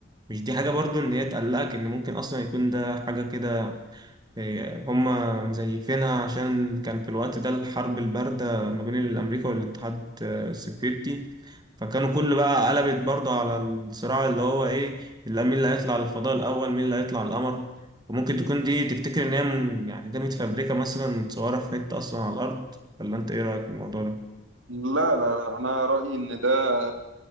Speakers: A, on the right (about 20°); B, on the right (about 75°).
A: مش دي حاجة برضو ان هي تقلقك ان ممكن اصلا يكون ده حاجة كده إيه، هما مزيفينها عشان كان في الوقت ده الحرب الباردة ما بين أمريكا والاتحاد آه، السوفيتي فكانوا كل بقى قلبت برضه على الصراع اللي هو إيه اللي مين اللي هيطلع للفضاء الأول مين اللي هيطلع القمر وممكن تكون دي تفتكر إن هي من- يعني ده متفبركة مثلا متصورة في حتة أصلا على الأرض ولا أنت إيه رأيك في الموضوع ده؟
B: لا لا لا أنا رأيي إن ده